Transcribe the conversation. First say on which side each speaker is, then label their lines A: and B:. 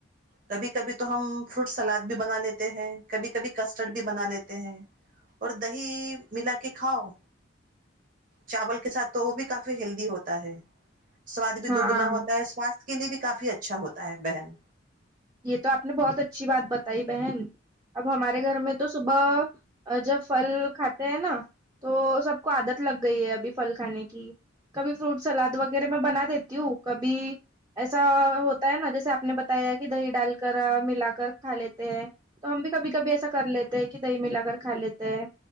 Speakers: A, on the right; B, on the right.
A: کبھی کبھی تو ہم فروٹ سلاد بھی بنا لیتے ہیں کبھی کبھی کسٹرڈ بھی بنا لیتے ہیں اور دہی ملا کے کھاؤ چاول کے ساتھ تو وہ بھی کافی ہیلدی ہوتا ہے سواد بھی
B: ہاں
A: دگنا ہوتا ہے سواستھ اس کے لیے بھی کافی اچھا ہوتا ہے بہن
B: یہ تو آپ نے بہت اچھی بات بتائی بہن اب ہمارے گھر میں تو صبح اور جب پھل کھاتے ہیں نہ تو سب کو عادت لگ گئی ہے ابھی پھل کھانے کی کبھی فروٹ سلاد وغیرہ میں بنا دیتی ہوں کبھی ایسا ہوتا ہے نا جیسے آپ نے بتایا دہی ڈال کر ملا کر کھا لیتے ہیں تو ہم بھی کبھی کبھی ایسا کر لیتے ہیں کہ دہی ملا کر کھا لیتے ہیں